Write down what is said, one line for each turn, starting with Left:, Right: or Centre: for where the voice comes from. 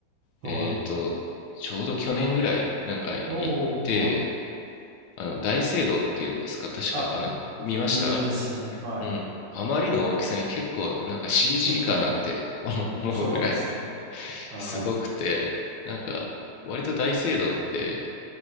Right: はい。
Left: えっと、ちょうど去年ぐらい、なんか行って、
Right: おー、はい。
Left: あの、大聖堂っていうんですか、確か、
Right: あ、
Left: あの、見ました
Right: 有名ですよね。はい。
Left: うん。あまりの大きさに結構、なんか CG
Right: <laughs>
Left: かなって思う <laughs> 思うぐらい
Right: そうですね。
Left: <laughs>
Right: は
Left: すごくて、なんか、割と大聖堂って、